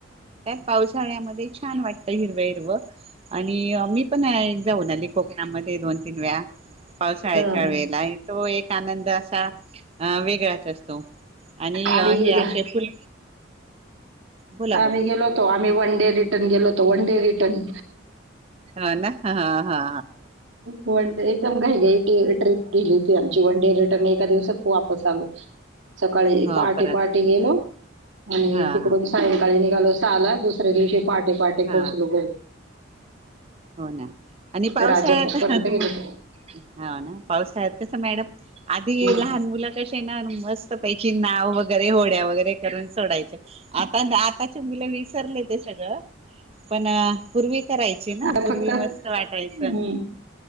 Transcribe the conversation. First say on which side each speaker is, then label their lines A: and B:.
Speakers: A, on the right; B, on the right.
A: पावसाळ्या मध्ये छान वाटत हिरवा हिरवाआणि ह.... मी पण जाऊन आली कोकणामध्ये दोन तीन वेळा पावसाळ्याच्या
B: हा.
A: वेळेला तो एक..... आनंद असा अ वेगळाच असतो. आणि
B: आम्ही
A: हे
B: गेलो
A: असे फुल बोला बोला
B: आम्ही गेलोतो आम्ही वनडे... डे रिटर्न गेलोतो वन डे रिटर्न.
A: हा ना. हा हा हा.
B: पण एकदम काय का टे... गली होती आमची वन डे रिर्न एका दिवस. ू वापस आलो सकाळी
A: हा
B: पहाटे
A: परत
B: पहाटे गेलो. आणि
A: हा
B: तिकडून
A: हा
B: सायंकाळी नि... ो सहाला दुसर दिवशी... पहाटे पहाटे
A: हा
B: पोचलो घरी
A: हो ना आणि पावसाळ्यात
B: राजापूरपर्यंत गेले
A: तु
B: होते.
A: हा ना पावसाळ्यात कसं मॅडम आधी
B: हम्म.
A: लहान मुलं कश ना मस्त पहिज नाव वगैरे होड्यावरैर.... करून सोडायचे आता आताचे मुलं विसरले ते सगळं. पण पूर्वी. करायची ना.
B: आता फक्त
A: मस्त वाटायच
B: हम्म